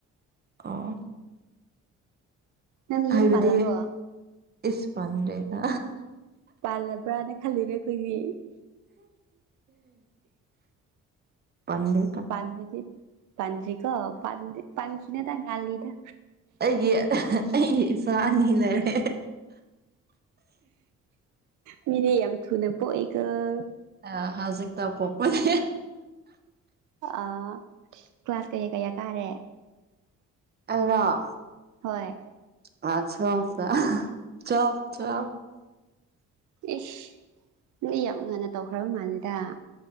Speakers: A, on the right; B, on the right.
A: ꯑꯣ
B: ꯅꯪꯗꯤ
A: ꯍꯥꯏꯕꯗꯤ
B: ꯌꯨꯝ ꯄꯜꯂꯕꯣ
A: ꯏꯁ ꯄꯟꯗ꯭ꯔꯦꯗ
B: ꯄꯜꯕ꯭ꯔꯅ ꯈꯜꯂꯨꯔꯦ ꯑꯈꯣꯏꯗꯤ
A: ꯄꯥꯟꯗꯦ
B: ꯄꯥꯟꯗ꯭ꯔꯗꯤ ꯄꯥꯟꯗ꯭ꯔꯤꯀꯣ ꯄꯥꯟꯗꯤ ꯄꯥꯥꯟꯈꯤꯅꯨꯗ ꯉꯜꯂꯤꯗ
A: ꯑꯩꯒꯤ ꯑꯩꯒꯤ ꯏꯆꯥ ꯑꯅꯤ ꯂꯩꯔꯦ
B: ꯃꯤꯗꯤ ꯌꯥꯝ ꯊꯨꯅ ꯄꯣꯛꯏꯀꫭ
A: ꯑ ꯍꯖꯤꯛ ꯇ ꯎꫭꯛꯄꯅꯤ
B: ꯑ ꯀ꯭ꯂꯥꯁ ꯀꯌꯥ ꯀꯌꯥ ꯀꯥꯔꯦ
A: ꯑꯩꯔꫭ
B: ꯍꯣꯏ
A: ꯀ꯭ꯂꯥꯁ ꯇ꯭ꯋꯦꯂ꯭ꯞ ꯇ ꯇ꯭ꯋꯦꯂ꯭ꯞ ꯇ꯭ꯋꯦꯂ꯭ꯞ
B: ꯏꯁ ꯃꯤ ꯌꯥꯝ ꯉꯟꯅ ꯇꯧꯈ꯭ꯔꯕ ꯃꯥꯜꯂꯦꯗ